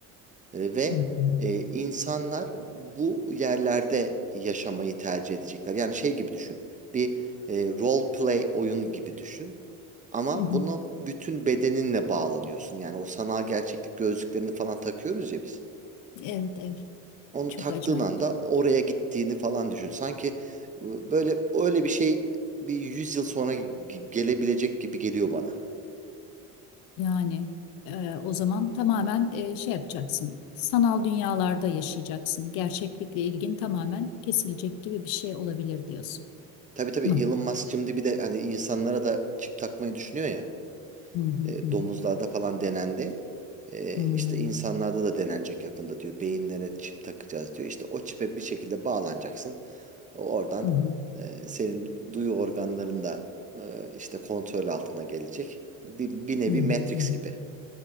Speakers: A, on the right; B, on the left.
A: E, ve
B: hı hı,
A: e, insanlar bu yerlerde yaşamayı tercih edecekler. Yani şey gibi düşün. Bir e, role play oyun gibi düşün. Ama
B: hı hı.
A: buna bütün bedeninle bağlanıyorsun. Yani o sanal gerçeklik gözlüklerini falan takıyoruz ya biz.
B: Evet, evet.
A: Onu
B: Çok
A: taktığın
B: acayip.
A: anda oraya gittiğini falan düşün. Sanki e, böyle öyle bir şey bir 100 yıl sonra ge- gelebilecek gibi geliyor bana.
B: Yani e, o zaman tamamen e, şey yapacaksın. Sanal dünyalarda yaşayacaksın. Gerçeklikle ilgin tamamen kesilecek gibi bir şey olabilir diyorsun.
A: Tabii tabii
B: Mı?
A: Elon Musk şimdi bir de hani insanlara da çip takmayı düşünüyor ya.
B: Hı hı
A: E,
B: hı.
A: domuzlarda falan denendi. E,
B: Hmm,
A: işte insanlarda da denenecek yakında diyor. Beyinlere çip takacağız diyor. İşte o çipe bir şekilde bağlanacaksın. Oradan
B: Hı hı,
A: e, senin duyu organların da e, işte kontrol altına gelecek. Bir, bir nevi
B: hı hı,
A: Matrix
B: hı hı.
A: gibi.